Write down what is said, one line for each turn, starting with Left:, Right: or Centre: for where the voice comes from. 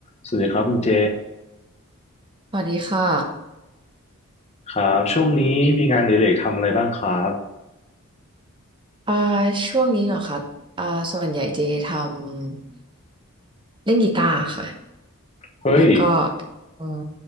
Left: สวัสดีครับคุณเจ
Right: สวัสดีค่ะ
Left: ครับช่วงนี้มีงานอดิเรกทำอะไรบ้างครับ
Right: อ่าช่วงนี้เหรอคะอ่าส่วนใหญ่เจทำเล่นกีตาร์ค่ะ
Left: เฮ้ย
Right: แล้วก็อืม